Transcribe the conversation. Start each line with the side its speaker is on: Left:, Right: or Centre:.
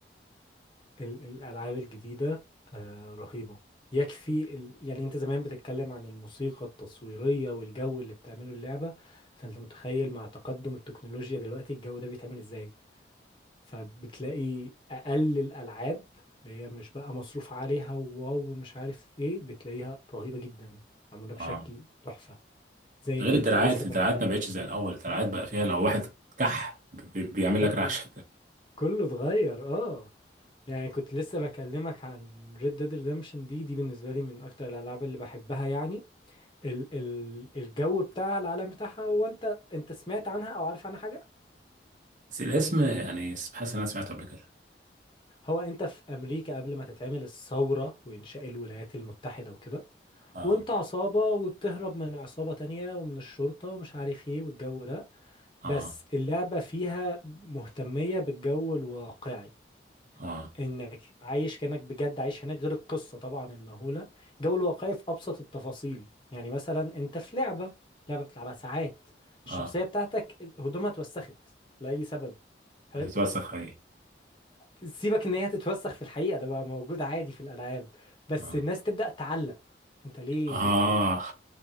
Left: ال... الالعاب الجديده آه رهيبه يكفي ال... يعني انت زمان بتتكلم عن الموسيقى التصويريه والجو اللي بتعمله اللعبه فانت متخيل مع تقدم التكنولوجيا دلوقتي الجو ده بيتعمل ازاي فبتلاقي اقل الالعاب اللي هي مش بقى مصروف عليها وواو مش عارف ايه بتلاقيها رهيبة جدا معمولة بشكل
Right: اه
Left: تحفة زي
Right: ده
Left: كنت
Right: غير الدراعات
Left: لسه
Right: الدراعات
Left: بكلم
Right: ما بقتش زي
Left: عن-
Right: الأول الدراعات
Left: م?
Right: بقى فيها لو واحد كح بي- بيعمل
Left: كله
Right: لك رعشة
Left: كله اتغير اه يعني كنت لسه بكلمك عن Red Dead Redemption دي دي بالنسبة لي من أكتر الألعاب اللي بحبها يعني ال ال الجو بتاعها العالم بتاعها هو أنت أنت سمعت عنها أو عارف عنها حاجة؟
Right: بس الاسم يعني حاسس إن أنا سمعته قبل كده
Left: هو أنت في أمريكا قبل ما تتعمل الثورة وإنشاء الولايات المتحدة وكده
Right: اه
Left: وانت عصابة وبتهرب من عصابة تانية ومن الشرطة ومش عارف ايه والجو ده
Right: اه
Left: بس اللعبة فيها مهتمية بالجو الواقعي
Right: اه
Left: انك عايش كأنك بجد عايش هناك غير القصة طبعا المهولة الجو الواقعي في ابسط التفاصيل يعني مثلا انت في لعبة لعبة بتلعبها ساعات
Right: اه
Left: الشخصية بتاعتك هدومها اتوسخت لأي سبب حلو
Right: هتتوسخ ايه
Left: فسيبك ان هي تتوسخ في الحقيقة ده بقى موجود عادي في الألعاب بس
Right: اه
Left: الناس تبدأ تعلق انت ليه
Right: اه
Left: ليه هدومك